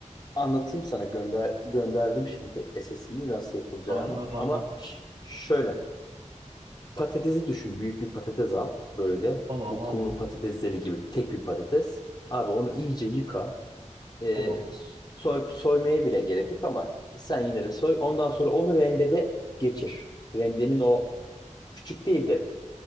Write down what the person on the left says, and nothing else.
anlatayım sana gönder gönderdim şimdi SS'ini nasıl yapılacağını.
Ama ş- şöyle patatesi düşün. Büyük bir patates al böyle.
Bu
kumru patatesleri gibi tek bir patates. Abi onu iyice yıka. E,
soy, soymaya bile gerek yok ama sen yine de soy. Ondan sonra onu rendede geçir. Rendenin o küçük değil de